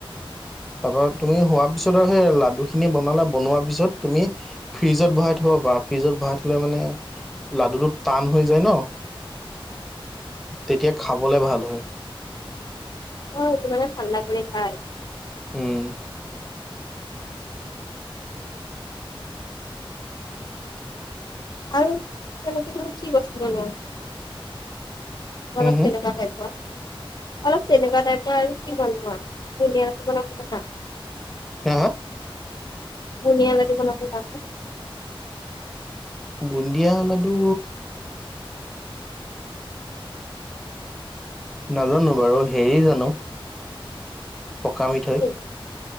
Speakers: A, in the centre; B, on the left.
A: তাৰপা তুমি হোৱা পিছত আৰু সেই লাডু খিনি বনালা বনোৱাৰ পিছত তুমি ফ্ৰিজত ভৰাই থ'ব পাৰা ফ্ৰিজত ভৰাই থলে মানে লাডুটো টান হৈ যায় ন। তেতিয়া খাবলে ভাল হয়।
B: অ সেইটো মানে ঠাণ্ডা কৰি খাই।
A: উম
B: আৰু তেনেকে তুমি কি বস্তু বনোৱা? অলপ
A: হম হম
B: তেনেকা টাইপৰ অলপ তেনেকুৱা টাইপৰ আৰু কি বনোৱা বুনিয়া বনাব জানা?
A: হা হা?
B: বুনীয়া লাডু বনাব জানা?
A: বুন্দিয়া লাডু নাজানো বাৰু হেৰি জানোঁ পকা মিথৈ।
B: নেকি